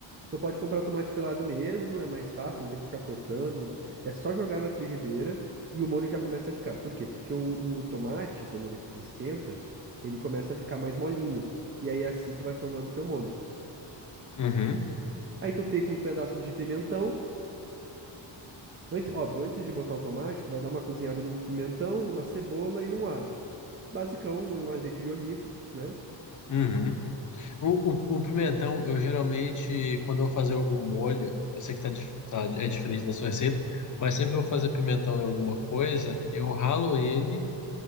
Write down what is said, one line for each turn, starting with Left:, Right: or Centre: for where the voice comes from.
Right: Então pode comprar o tomate pelado mesmo, é mais fácil, não tem que ficar cortando, é só jogar na frigideira e o molho já começa a ficar. Por quê? Porque o, o tomate, quando ele esquenta, ele começa a ficar mais molinho. E aí assim tu vai formando o teu molho.
Left: uhum,
Right: Aí tu pica uns pedaços de pimentão, Antes, óbvio, antes de botar o tomate, tu vai dar uma cozinhada num pimentão, numa cebola e num alho. Basicão, num azeite de oliva, né?
Left: uhum. O, o, o pimentão, eu geralmente, quando eu vou fazer algum molho, eu sei que tá, dif- tá- é diferente da sua receita, mas sempre que eu vou fazer pimentão em alguma coisa, eu ralo ele